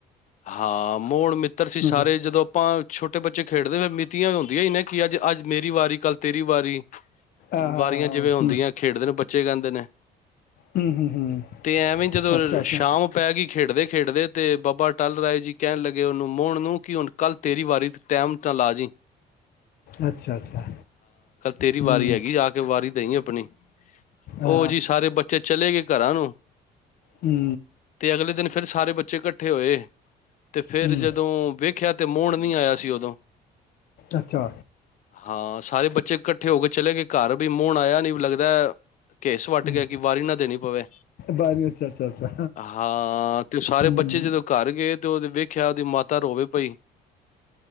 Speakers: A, on the left; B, on the left.
A: ਹਾਂ ਮੋਣ ਮਿੱਤਰ ਸੀ। ਸਾਰੇ
B: ਅੱਛਾ
A: ਜਦੋਂ ਆਪਾਂ ਛੋਟੇ ਬੱਚੇ ਖੇਡਦੇ ਫਿਰ ਮਿਤੀਆਂ ਵੀ ਹੁੰਦੀਆਂ ਹੀ ਨਾ ਕੀ ਅੱਜ ਅੱਜ ਮੇਰੀ ਵਾਰੀ ਕੱਲ ਤੇਰੀ ਵਾਰੀ
B: ਆ,
A: ਵਾਰੀਆਂ ਜਿਵੇਂ ਹੁੰਦੀਆਂ
B: ਹੂੰ
A: ਖੇਡਦੇ ਨੇ ਬੱਚੇ ਬੱਚੇ ਕਹਿੰਦੇ ਨੇ।
B: ਹੂੰ ਹੂੰ ਹੂੰ
A: ਤੇ ਐਵੇਂ ਜਦੋਂ
B: ਅੱਛਾ ਅੱਛਾ
A: ਸ਼ਾਮ ਪੈ ਗਈ ਖੇਡਦੇ ਖੇਡਦੇ ਤੇ ਬਾਬਾ ਟਲ ਰਾਏ ਜੀ ਕਹਿਣ ਲੱਗੇ ਉਹਨੂੰ ਮੋਣ ਨੂੰ ਕਿ ਹੁਣ ਕੱਲ ਤੇਰੀ ਵਾਰੀ ਟੈਮ ਨਾਲ ਆ ਜਈ।
B: ਅੱਛਾ ਅੱਛਾ
A: ਤੇਰੀ
B: ਹੂੰ
A: ਵਾਰੀ ਹੈਗੀ ਆ ਕੇ ਵਾਰੀ ਦਈ ਆਪਣੀ ਅਪਣੀ
B: ਆ,
A: ਉਹ ਜੀ ਸਾਰੇ ਬੱਚੇ ਚਲੇ ਗਏ। ਘਰਾਂ ਨੂੰ
B: ਹੂੰ
A: ਤੇ ਅਗਲੇ ਦਿਨ ਫਿਰ ਸਾਰੇ ਬੱਚੇ ਇਕੱਠੇ ਹੋਏ ਤੇ ਫਿਰ
B: ਹੂੰ
A: ਜਦੋਂ ਦੇਖਿਆ ਤੇ ਮੋਹਣ ਨੀ ਆਇਆ ਸੀ ਉਦੋਂ
B: ਅੱਛਾ
A: ਹਾਂ ਸਾਰੇ ਬੱਚੇ ਇਕੱਠੇ ਹੋ ਕੇ ਚਲੇ ਗਏ ਘਰ ਵੀ ਮੋਣ ਆਇਆ ਨੀ ਲੱਗਦਾ ਕੇਸ ਵੱਟ
B: ਹੂੰ
A: ਗਿਆ ਕਿ ਵਾਰੀ ਨਾਂ ਦੇਣੀ ਪਵੇ
B: ਬਾਰੀ ਅੱਛਾ ਅੱਛਾ ਅੱਛਾ
A: ਹਾਂ ਤੇ ਉਹ ਸਾਰੇ
B: ਹੂੰ
A: ਬੱਚੇ ਜਦੋਂ ਘਰ ਗਏ। ਤੇ ਉਹਦੇ ਵੇਖਿਆ ਉਹਦੀ ਮਾਤਾ ਰੋਵੇ ਪਈ।